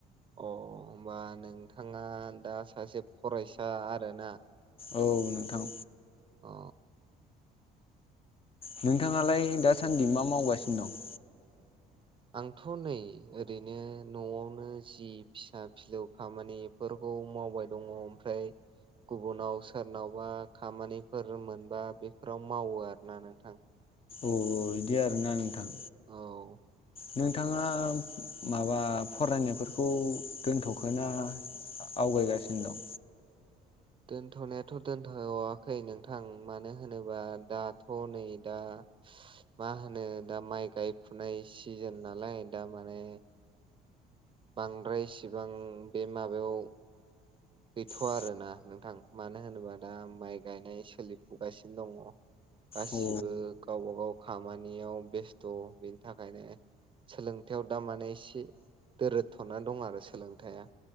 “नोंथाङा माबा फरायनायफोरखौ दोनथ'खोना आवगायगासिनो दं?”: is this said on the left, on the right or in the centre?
Left